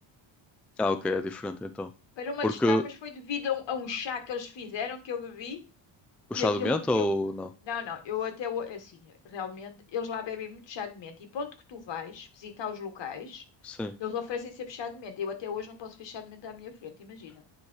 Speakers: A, in the centre; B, on the left (about 65°).
A: Ah, ok, é diferente então.
B: Para uma
A: Porque
B: digestão, mas foi devido a um, a um chá que eles fizeram que eu bebi
A: o
B: e
A: chá
B: aquilo
A: de menta
B: <laughs> me que
A: ou
B: eu.
A: não?
B: Não, não, eu até. ho- Assim, realmente, eles lá bebem muito chá de menta e ponto que tu vais visitar os locais,
A: Sim.
B: eles oferecem sempre chá de menta. Eu até hoje não posso ver chá de menta à minha frente, imagina.